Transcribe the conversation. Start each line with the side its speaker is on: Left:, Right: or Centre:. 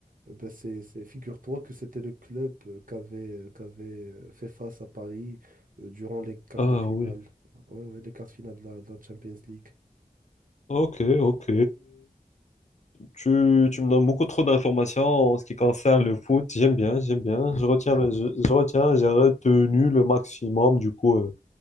Right: Euh, Ben, c'est, c'est- figure-toi que c'était le club euh, qu'avait, euh, qu'avait euh, fait face à Paris euh, durant les quarts
Left: Ah
Right: de finale.
Left: oui.
Right: Ouais, ouais, les quarts de finale de la de la Champions League.
Left: Ok, ok. Tu, tu me donnes beaucoup trop d'informations en ce qui concerne le foot. J'aime bien, j'aime bien. Je retiens, le- je, je retiens, j'ai retenu le maximum. Du coup, euh,